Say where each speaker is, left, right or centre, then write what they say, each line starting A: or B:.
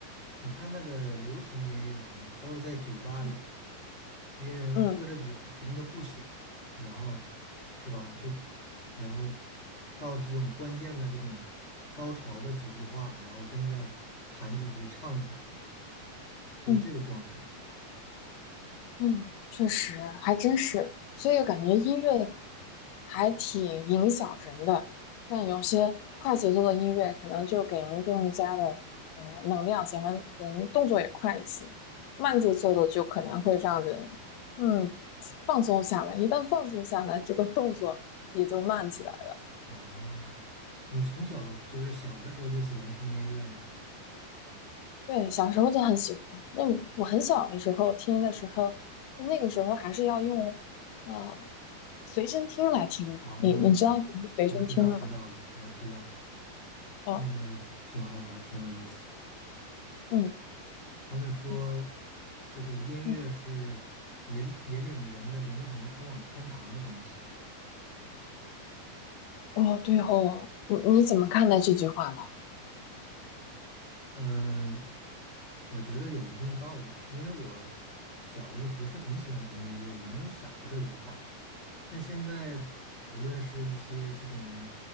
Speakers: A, on the left; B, on the left.
A: 你看那个流行音乐啊，都是在酒吧里，
B: 嗯
A: 这些人喝着酒，
B: 嗯。
A: 什么都不想，然后是吧？就然后到这种关键的这种高潮的几句话，然后跟着喊几句，唱几句，就是这个状态
B: 嗯嗯，确实，还真是，所以感觉音乐还挺影响人的。那有些快节奏的音乐，可能就给人更加的嗯能量，想让人动作也快一些。慢节奏的就可能会让人嗯放松下来，一旦放松下来，这个动作也就慢起来了。
A: 啊。你从小就是小的时候就喜欢听音乐吗？
B: 对，小时候就很喜欢。那我我很小的时候听的时候，那个时候还是要用。呃随身听来听嘛。
A: 啊，
B: 你你知道什么是随身听吗？
A: 我知道知道了，我知道，
B: 哦，
A: 那个挺好玩儿，挺有意思的。
B: 嗯，
A: 他们说，
B: 诶
A: 这个音乐是引引领人的灵魂通往天堂的东西。
B: 嗯，哦，对哦，你你怎么看待这句话呢？
A: 嗯，我觉得有一定道理吧，因为我小的时候不是很喜欢听音乐，也没有想过这句话。但现在，无论是一些这种，